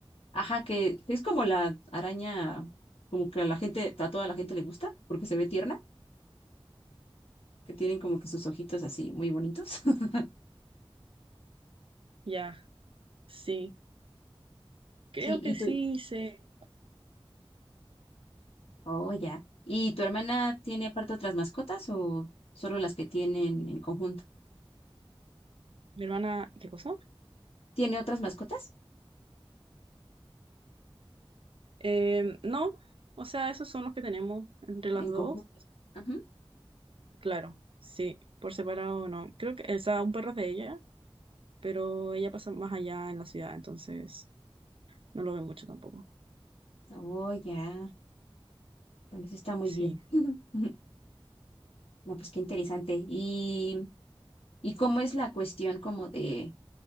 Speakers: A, on the left (about 90°); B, on the right (about 65°).
A: Ajá, que es como la araña, como que a la gente, a toda la gente le gusta porque se ve tierna, que tienen como que sus ojitos así muy bonitos. <laughs>
B: Ya, sí. Creo
A: Sí, ¿y
B: que
A: tú,
B: sí hice.
A: Oh, ya. ¿Y tu hermana tiene aparte otras mascotas o solo las que tienen en conjunto?
B: Mi hermana, ¿qué cosa?
A: ¿Tiene otras mascotas
B: Em, no, o sea, esos son los que tenemos entre las
A: en
B: dos.
A: conjunto? Ajá.
B: Claro, sí, por separado no. Creo que, o sea, un perro es de ella, pero ella pasa más allá en la ciudad, entonces no lo ve mucho tampoco.
A: Oh, ya. Bueno, eso está muy
B: Sí,
A: bien. <laughs> No, pues qué interesante. ¿Y, y cómo es la cuestión como de,